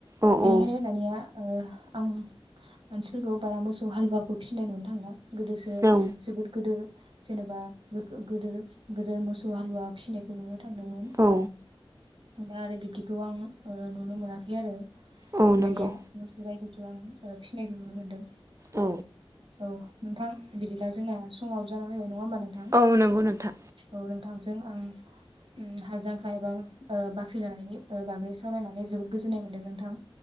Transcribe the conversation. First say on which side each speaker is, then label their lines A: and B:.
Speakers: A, on the right (about 35°); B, on the right (about 65°).
A: औ
B: बेनिखायनो
A: औ
B: दानिया ओ आं मानसिफोरखौ बारा मोसौ हालुवाखौ फिसिनाय नुनो थांला गोदोसो
A: औ
B: जोबोद गोदो जेन'बा गो गोदो गोदो मोसौ हालुवा फिसिनायखौ नुनो थांदोंमोन
A: औ
B: दा आरो बिब्दिखौ आं ओ नुनो मोनाखै आरो
A: औ नंगौ
B: दानिया मसौ गाइखौ बेखौ आं फिसिनायखौ नुनो मोन्दों।
A: औ
B: औ नोंथां बिदिब्ला जोंना समाबो जाना फैबाय नङा नङा होमबा नोंथां
A: औ नंगौ नोंथां
B: औ नोंथांजों आं उम हाल जांख्रा एबा ओ बाख्रि लानायनि ओ बागै सावरायनानै जोबोद गोजोननाय मोन्दों नोंथां।